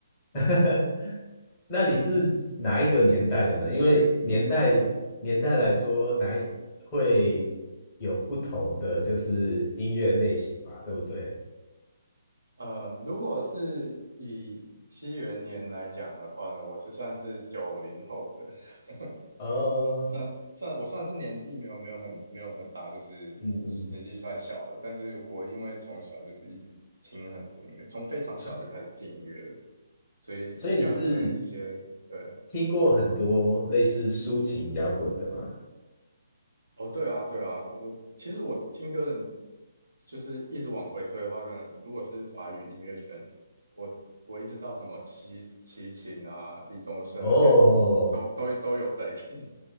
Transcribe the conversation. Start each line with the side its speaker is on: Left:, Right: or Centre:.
Left: <laughs> 那你是哪一个年代的呢？因为年代年代来说，哪一会有不同的就是音乐类型吧，对不对？
Right: 嗯，如果是以西元年来讲的话呢，我是算是九零后的，<laughs>
Left: 哦，
Right: 算算我算是年纪没有没有很没有很大，就是年纪算小的。
Left: 嗯嗯，
Right: 但是我因为从小就是一直听很多音乐，从非常小就开始听音乐了。
Left: 所
Right: 所以养成了一些，
Left: 所以你是
Right: 对，
Left: 听过很多类似抒情摇滚的吗？
Right: 哦，对啊，对啊，我其实我听歌的，就是一直往回推的话，可能如果是华语音乐圈，我我一直到什么齐齐秦啊、李宗盛那些，
Left: 哦。
Right: 都都都有在听，